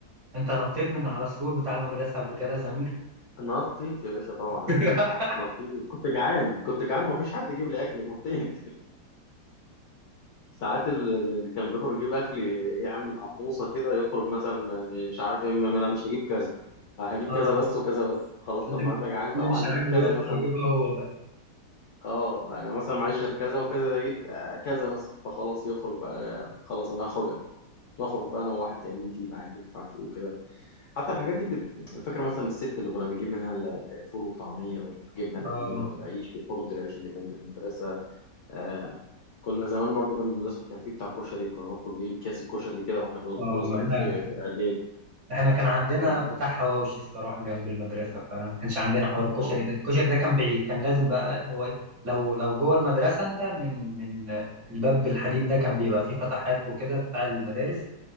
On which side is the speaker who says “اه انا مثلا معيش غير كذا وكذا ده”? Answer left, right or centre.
Left